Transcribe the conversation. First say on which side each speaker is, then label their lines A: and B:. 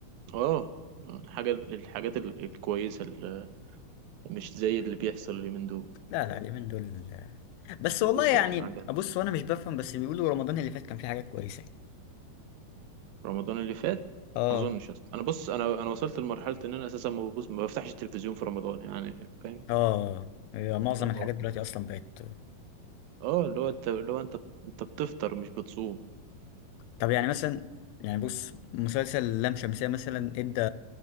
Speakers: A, on the right; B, on the left.
A: اه حاجة الحاجات ال- الكويسة ال- مش زي اللي بيحصل اليومين دول
B: لا لا اليومين دول آه. بس
A: من
B: والله
A: دول بقت
B: يعني
A: معجنة
B: بص وانا مش بفهم بس بيقولوا رمضان اللي فات كان فيه حاجات كويسة
A: رمضان اللي فات
B: اه
A: ما اظنش اصلا انا بص انا انا وصلت لمرحلة ان انا اساسا ما ببص ما بفتحش التلفزيون في رمضان يعني فاهم
B: اه هي معظم
A: اللي
B: الحاجات
A: هو-
B: دلوقتي اصلا بقت
A: اه اللي هو انت اللي هو انت انت بتفطر مش بتصوم
B: طب يعني مثلا يعني بص مسلسل لام شمسية مثلا ادى